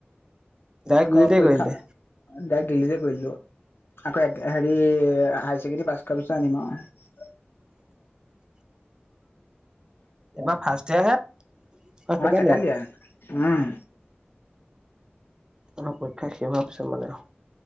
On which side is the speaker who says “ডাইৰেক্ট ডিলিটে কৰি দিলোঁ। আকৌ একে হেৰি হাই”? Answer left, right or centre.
Left